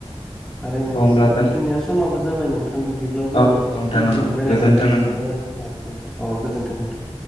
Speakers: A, in the centre; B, on the left.
A: थारैनो
B: औ होमब्ला
A: नोंथां
B: जों
A: जोंनिया समाबो जाबाय नोंथां बिदिब्ला जोङो
B: औ नंगौ
A: दिनैनि
B: नोंथां नंगौ
A: रायलायनायखौ
B: गोजोन्थों
A: एसेयावनो
B: नोंथां।
A: लाखिथ'सै औ गोजोनथों नोंथां।